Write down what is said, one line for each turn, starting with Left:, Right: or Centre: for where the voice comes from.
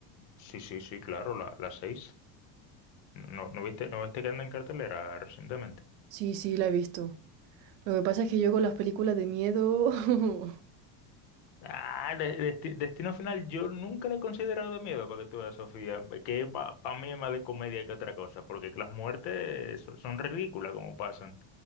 Left: sí, sí, sí, claro, la, la 6. ¿No, no viste, no viste que anda en cartelera recientemente?
Right: Sí, sí, la he visto. Lo que pasa es que yo con las películas de miedo, <laughs>
Left: Ah, de- desti- Destino Final, yo nunca la he considerado de miedo, para que tú veas, Sofía, que para mí es más de comedia que otra cosa, porque las muertes so- son ridículas como pasan,